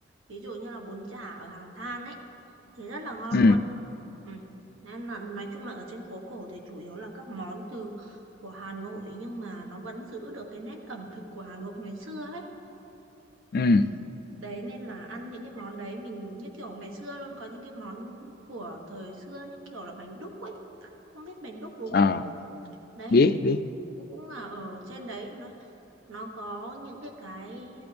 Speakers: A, on the right (about 90°); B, on the left (about 50°).
A: Ví dụ như là bún chả ở Hàng Than ấy thì rất là ngon
B: ừ
A: luôn Ừ. Nên là nói chung là ở trên phố cổ thì chủ yếu là các món từ của Hà Nội nhưng mà nó vẫn giữ được cái nét ẩm thực của Hà Nội ngày xưa ấy.
B: ừ
A: Đấy nên là ăn những cái món đấy mình như kiểu ngày xưa luôn có những cái món của thời xưa như kiểu là bánh đúc ấy, không biết bánh đúc đúng
B: Ờ,
A: không? Đấy
B: biết
A: thì
B: biết
A: cũng cũng là ở trên đấy nó nó có những cái cái